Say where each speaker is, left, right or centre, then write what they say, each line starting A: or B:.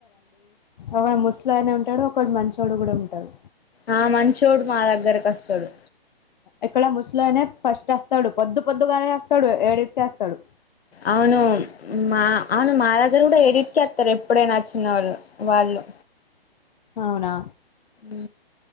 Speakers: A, on the left; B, on the left.
A: ఒక ముసలైన ఉంటాడు ఒకడు మంచోడు కూడా ఉంటాడు
B: ఆ మంచిచోడు మా దగ్గరకి ఆ స్తాడు
A: ఇక్కడ ముసలైన ఫస్ట్ ఆస్తాడు పొద్దు పొద్దుగానే ఆస్తాడు ఏడేటికిస్తాడు
B: అవును మా అవును నా దగ్గర కూడా ఎడిట్క ఆస్తారు ఎప్పుడైనా అచ్చినోళ్ళు వాళ్ళు
A: అవునా
B: ఉ